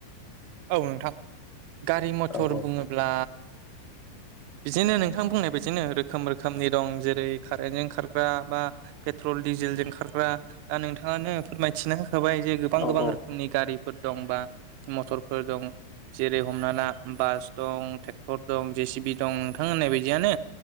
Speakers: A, on the right; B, on the left.
A: औ नोंथां। गारि मथर
B: औ औ
A: बुङोब्ला बिदिनो नोंथां बुंनाय बादिनो रोखोम रोखोमनि दं। जेरै खारेन्टजों खारग्रा बा पेथ्रल दि जेलजों खारग्रा दा नोंथाङानो फोरमायथिनो होखाबाय जे गोबां
B: औ
A: गोबां रोखोमनि
B: औ
A: गारिफोर दं बा मथर फोर दं। जेरै हमना ला बास दं थेक्टर दं जे सिबि दं नोंथां होननाय बायदियानो